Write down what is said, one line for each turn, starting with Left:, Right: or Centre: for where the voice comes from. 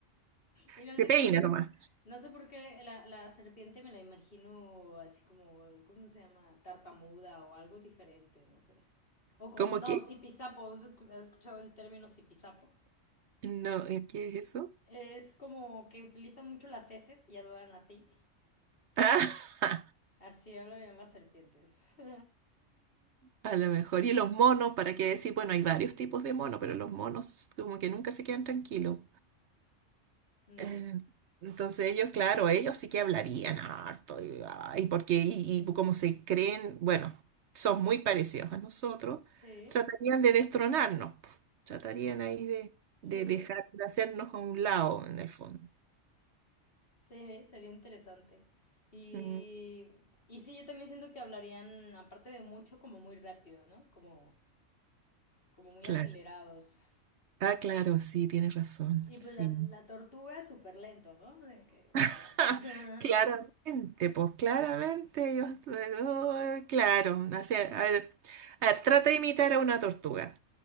Left: y no
Right: se
Left: sé
Right: peina
Left: por qué,
Right: nomás.
Left: no sé por qué la, la serpiente me la imagino así como, ¿cómo se llama? Tartamuda o algo diferente, no sé. O como,
Right: ¿Cómo
Left: no,
Right: que?
Left: sipisapo, ¿has escu- has escuchado el término sipisapo?
Right: No, eh, ¿qué es eso?
Left: Es como que utilizan mucho las heces y hablan así.
Right: <laughs>
Left: Así hablan las serpientes. <laughs>
Right: A lo mejor. Y los monos, ¿para qué decir? Bueno, hay varios tipos de monos, pero los monos como que nunca se quedan tranquilos.
Left: No.
Right: Eh, Entonces ellos, claro, ellos sí que hablarían harto y, ay, porque y, y como se creen, bueno, son muy parecidos a nosotros,
Left: Sí,
Right: tratarían de destronarnos, pf, tratarían ahí de,
Left: sí.
Right: de dejar de hacernos a un lado en el fondo.
Left: Sí, sería interesante. Y,
Right: Mm,
Left: y sí, yo también siento que hablarían, aparte de mucho, como muy rápido, ¿no? Como, como muy
Right: Claro.
Left: acelerados.
Right: Ah, claro, sí, tienes razón,
Left: Y pues
Right: sí.
Left: la, la tortuga es súper lento, ¿no? De Que tarda.
Right: <laughs>
Left: <laughs>
Right: Claramente, pues claramente ellos, eh, oh, claro, o sea, a ver, a ver, trata de imitar a una tortuga.